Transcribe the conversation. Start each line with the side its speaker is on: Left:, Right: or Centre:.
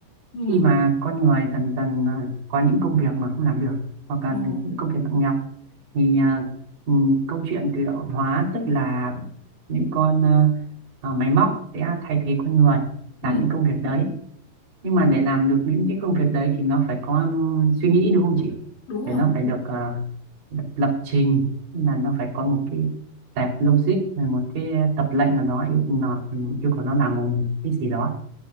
Left: ừ,
Right: khi mà con người dần dần à, có những công việc mà không làm được hoặc là
Left: ồ,
Right: những công việc nặng nhọc thì à, ừ, câu chuyện tự động hóa tức là những con à, à, máy móc sẽ thay thế con người
Left: ừ,
Right: làm những công việc đấy nhưng mà để làm được những cái công việc đấy thì nó phải có um, suy nghĩ đúng không chị
Left: đúng rồi,
Right: để nó
Left: đúng
Right: phải
Left: rồi.
Right: được à, lập, lập trình Tức là nó phải có một cái tệp logic rồi một cái tập lệnh nào đó yêu nó yêu cầu nó làm một cái gì đó